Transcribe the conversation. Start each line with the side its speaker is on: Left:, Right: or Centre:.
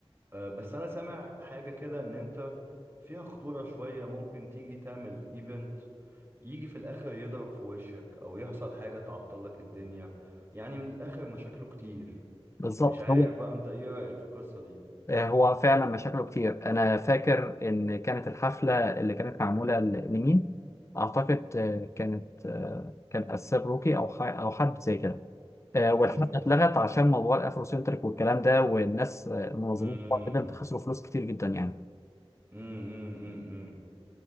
Right: آه، بس انا سامع حاجة كده ان انت فيها خطورة شوية ممكن تيجي تعمل ايفنت يجي في الاخر يضرب في وشك او يحصل حاجة تعطلك الدنيا يعني من الاخر مشاكله كتير
Left: بالظبط
Right: مش عارف
Left: هو
Right: بقى انت ايه رأيك في القصة دي
Left: آه، هو فعلا مشاكله كتير انا فاكر ان كانت الحفله اللي كانت معموله ل- لمين اعتقد آه، كانت آه، كان اساب روكي او ح- او حد زي كده آه، والحفله
Right: امم
Left: اتلغت عشان موضوع الافروسنتريك والكلام ده والناس آه، المنظمين
Right: امم
Left: بتوع الايفنت خسروا فلوس كتير جدا يعني
Right: امم